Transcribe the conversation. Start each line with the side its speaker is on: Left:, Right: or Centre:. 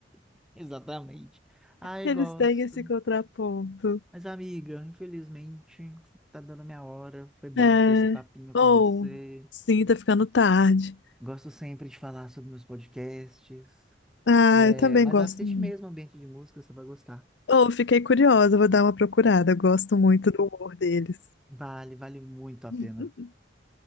Centre: <laughs> Exatamente. Ai,
Left: Eles
Centre: gosto.
Left: têm esse contraponto.
Centre: Mas, amiga, infelizmente, tá dando minha hora. Foi bom
Left: É.
Centre: ter esse papinho com
Left: Ou,
Centre: você.
Left: sim, tá ficando tarde.
Centre: Gosto sempre de falar sobre meus podcasts.
Left: Ah,
Centre: É,
Left: eu também
Centre: mas
Left: gosto
Centre: assiste
Left: muito.
Centre: mesmo Ambiente de Música, você vai gostar.
Left: Ou, fiquei curiosa, vou dar uma procurada. eu Gosto muito do humor deles.
Centre: Vale, vale muito a
Left: <laughs>
Centre: pena,